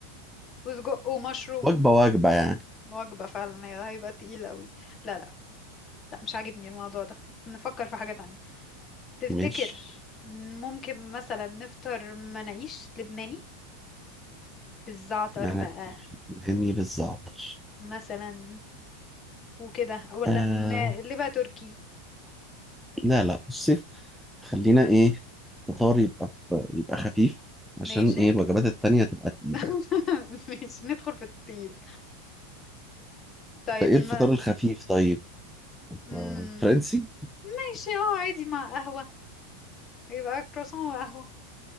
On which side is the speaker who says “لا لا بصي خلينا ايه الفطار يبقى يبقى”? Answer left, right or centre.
Centre